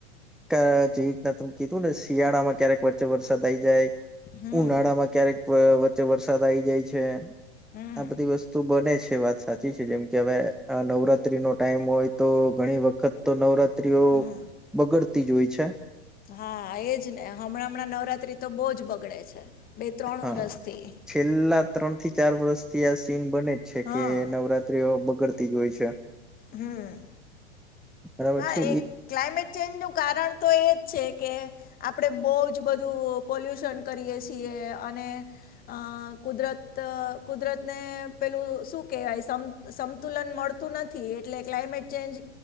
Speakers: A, in the centre; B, on the left.
A: કે જે રીતના ત કીધું ને શિયાળા માં ક્યારેક વચ્ચે વરસાદ આઈ જાય
B: હમ
A: ઉનાળામાં ક્યારેક વચ્ચે વરસાદ આ આવી જાય છે
B: હમ
A: આ બધી વસ્તુ બને છે વાત સાચી છે જેમ કે હવે નવરાત્રી નો ટાઈમ હોય તો ઘણી વખત તો નવરા
B: હમ
A: બગડતી જ હોય છે
B: હા એજ ને હમણાં હમણાં નવરાત્રી તો બહુ જ બગડે છે બે ત્રણ
A: હા
B: વરષથી
A: છેલ્લા ત્રણ થી ચાર વર્ષ થી આ સીન બને જ છે
B: હા
A: કે નવરાત્રીઓ બગડતી જ હોય છે
B: હમ
A: બરાબર
B: હા
A: છે
B: એ ક્લાયમેટ ચેન્જ નું કારણ તો એજ છે કે આપણે બહુ જ બધું પોલ્યુશન કરીએ છીએ અને અ કુદરત કુદરતને પેલું શું કેહેવાય સમ સમતુલન પદતું નથી એટલે ક્લામેટ ચેન્જ